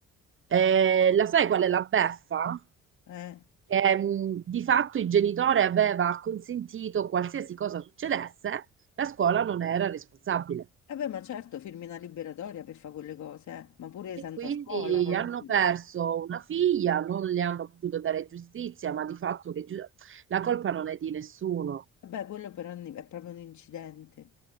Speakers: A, on the right (about 45°); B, on the left (about 70°).
A: Eh, la sai qual è la beffa?
B: Eh.
A: Che, mm, di fatto il genitore aveva consentito qualsiasi cosa succedesse, la scuola non era responsabile.
B: Vabbè, ma certo, firmi una liberatoria per fare quelle cose, eh. Ma pure
A: E
B: senza
A: quindi
B: scuola, voglio
A: hanno
B: dire.
A: perso una figlia, non le hanno potuto dare giustizia, ma di fatto che giu- la colpa non è di nessuno.
B: Vabbè, quello però è proprio un incidente.